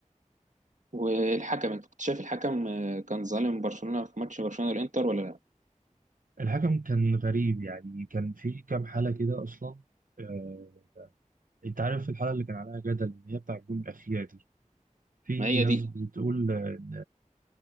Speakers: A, on the right (about 65°); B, on the right (about 85°).
A: والحكم انت كنت شايف الحكم آه، كان ظالم برشلونة في ماتش برشلونة والانتر ولا لا
B: الحكم كان غريب يعني كان في كام حاله كده اصلا آه، انت عارف الحلقه اللي كان عليها جدل ان هي بتاع الجون الاخيره دي في
A: ما هي
B: ناس
A: دي
B: بتقول ان